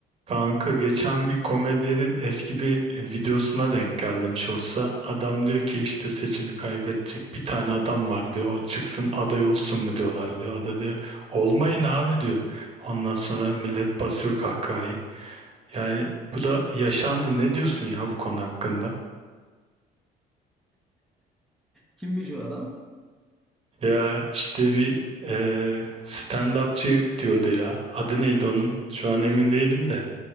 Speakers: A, on the right (about 35°); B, in the centre.
A: Kanka geçen bir komedyenin eski bir videosuna denk geldim Shorts'a. Adam diyor ki işte seçimi kaybedecek bir tane adam var diyor. O çıksın aday olsun mu diyorlar diyor. O da diyor olmayın abi diyor. Ondan sonra millet basıyor kahkahayı. Yani bu da yaşandı. Ne diyorsun ya bu konu hakkında?
B: Kimmiş o adam?
A: Ya işte bir eee stand-upçı diyordu ya. Adı neydi onun? Şu an emin değilim de.